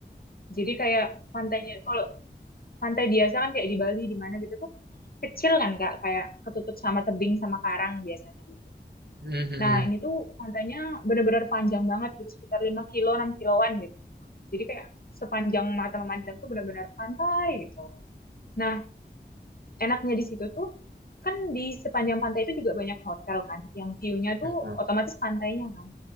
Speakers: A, on the left; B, on the right.
A: Jadi kayak pantainya kalau pantai biasa kan kayak di Bali di mana gitu tuh kecil kan Kak, kayak ketutup sama tebing sama karang biasanya gitu.
B: Mhm mhm.
A: Nah, ini tuh pantainya benar-benar panjang banget gitu, sekitar 5 kilo, 6 kiloan gitu. Jadi kayak sepanjang mata memandang tuh benar-benar pantai gitu. Nah, enaknya di situ tuh kan di sepanjang pantai itu juga banyak hotel kan, yang view-nya
B: Heeh,
A: tuh otomatis pantainya kan.